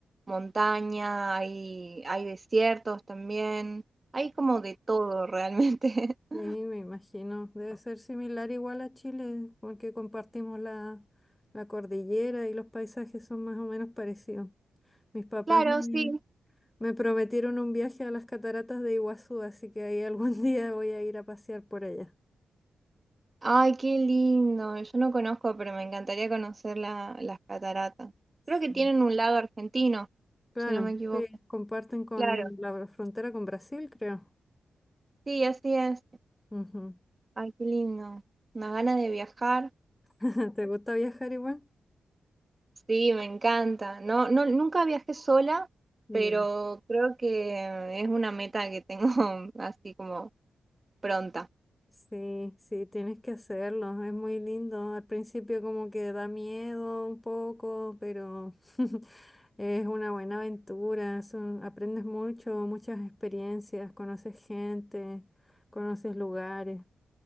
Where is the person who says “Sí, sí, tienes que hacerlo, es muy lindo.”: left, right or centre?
Left